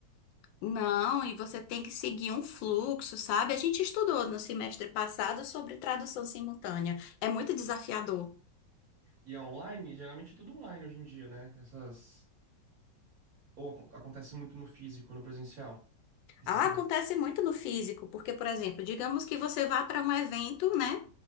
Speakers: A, on the left (about 80°); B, on the right (about 55°).
A: Não, e você tem que seguir um fluxo, sabe? A gente estudou no semestre passado sobre tradução simultânea. É muito desafiador.
B: E é online, geralmente é tudo online hoje em dia, né? Essas. Ou acon- acontece muito no físico, no presencial, esse
A: Ah,
B: serviço.
A: acontece muito no físico, porque, por exemplo, digamos que você vá para um evento, né?